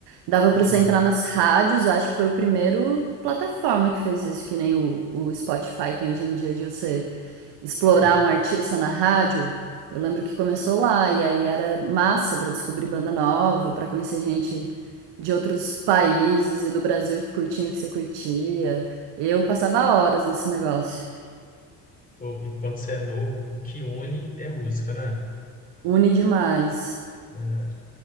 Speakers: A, on the right (about 55°); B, on the left (about 15°).
A: Dava
B: Uhum.
A: pra você entrar nas rádios, eu acho que foi o primeiro plataforma que fez isso, que nem o, o Spotify tem hoje em dia, de você explorar
B: É.
A: um artista na rádio. Eu lembro que começou lá, e aí era massa pra descobrir banda nova, pra conhecer gente de outros países e do Brasil que curtiam o que você curtia. Eu passava horas nesse negócio.
B: Pô, e quando você é novo, o que une é música, né?
A: Une demais.
B: né?